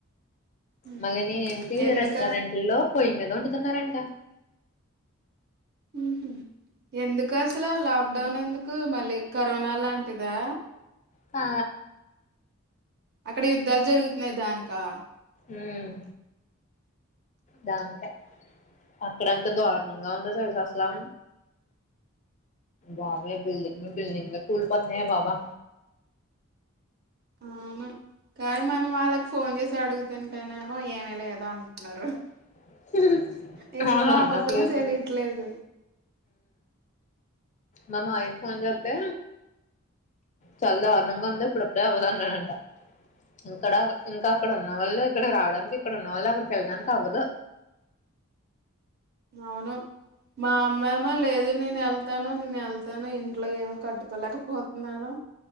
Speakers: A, on the right (about 50°); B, on the left (about 35°).
A: ఉమ్
B: మళ్ళీ నీ ఏంటి
A: ఎందుక
B: రెస్టారెంట్ లో పోయి మీద వండు తున్నారంట
A: ఉహూ ఎందుకు అసలు లాక్డౌన్ ఎందుకు మళ్ళీ కరోనా లాంటిదా
B: ఆ
A: అక్కడ యుద్ధాలు జరుగుతున్నాయి దానికా
B: ఉమ్ దానికే అక్కడంతా దారుణంగా ఉంది తెలుసా అసల వామే బిల్డింగ్ మీద బిల్డింగ్ <unintelligible> బాబా
A: అవును కానీ మనం వాళ్ళకి ఫోన్ చేసి అడుగుతుంటేనేమో ఏమీ లేదు అంటున్నారు
B: <unintelligible>
A: నిజమో అబద్ధమో
B: ప్లేసు
A: తెలియట్లేదు
B: ఉమ్ మమ్ ఆయిఫోన్ జతే చాలా దారుణంగా ఉంది ఇప్పుడప్పుడే అవ్వదు అన్నాడంట ఇంక్కడ ఇంకా అక్కడ ఉన్న వాళ్ళు ఇక్కడ రావడానికి ఇక్కడ ఉన్నవాళ్ళు అక్కడికి వెళ్ళడానికి అవ్వదు
A: అవును మా అమ్మ ఏమో లేదు నేను వెళ్తాను నేను వెళ్తాను ఇంట్లో ఏమో కట్టుకోలేకపోతున్నాను